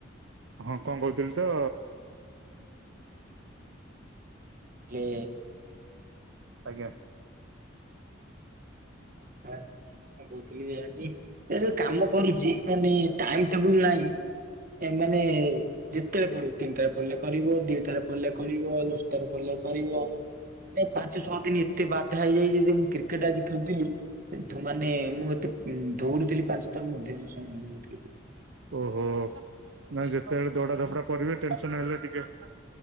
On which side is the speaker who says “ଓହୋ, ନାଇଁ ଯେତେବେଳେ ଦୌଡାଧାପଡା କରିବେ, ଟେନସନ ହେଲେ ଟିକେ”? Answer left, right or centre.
Right